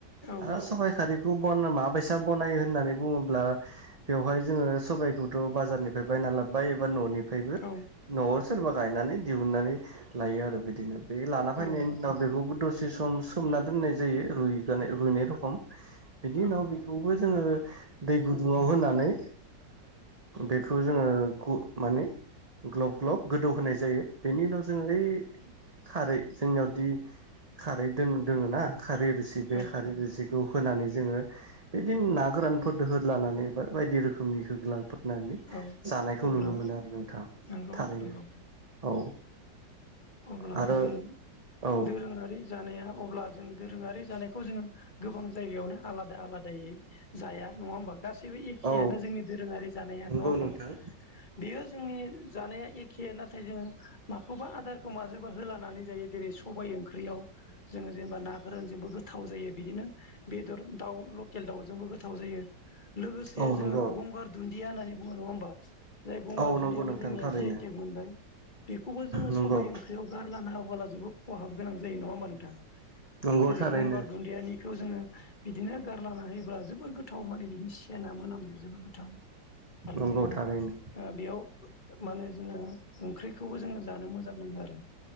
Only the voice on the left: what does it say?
औ
औ
औ
औ
औ
औ
अब्ला
नंगौ
नंगौ
अब्ला
जों
दोरोङारि जानाया अब्ला जों दोरोङारि जानायखौ जोङो गोबां जायगायावनो आलादा आलादायै जाया नङा होमबा गासैबो एखेआनो
जोंनि दोरोङारि जानाया
नङा होमबा
बेयो जोंनि जानाया एखे नाथाय जोङो माखौबा आदारखौ माजों होलानानै जायो जेरै सबाइ ओंख्रियाव जों जेनेबा ना गोरान बेजोंबो गोथाव जायो बिदिनो बेदर दाउ लकेल दाउजोंबो गोथाव जायो लोगोसे
जोङो गंगार दुन्दिया होननानै बुङो नङा होमबा जाय गंगार
दुन्दियाबो
जोंनिया
जिआइटेक मोनबाय बेखौबो जोङो
सबाइ ओंख्रियाव गारलाना होबोला जोबोद खहाब गोनां जायो नङा होनबा नोंथां
जेरै
गंगार दुन्दियानि बेखौ जोङो बिदिनो गारलाना होयोब्ला जोबोर गोथाव माने बिदिनो सेना मोनामो जोबोर गोथाव आरो
जोङो
बेयाव मा होनो जोङो ओंख्रि खौबो जोङो जानो मोजां मोनो आरो